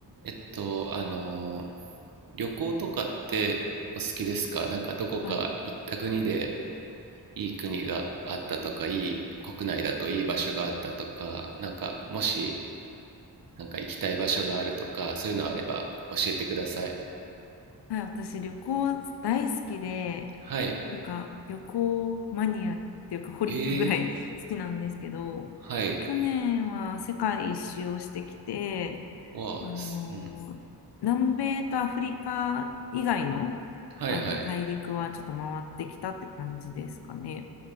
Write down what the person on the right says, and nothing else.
えっと、あの、旅行とかってお好きですかなんかどこか行った国で
いい国があったとか、いい国内だといい場所があったとか、なんかもしなんか行きたい場所があるとか、そういうのあれば教えてください。
はい。
えー、
はい。
わあ、
すうん。
はいはい。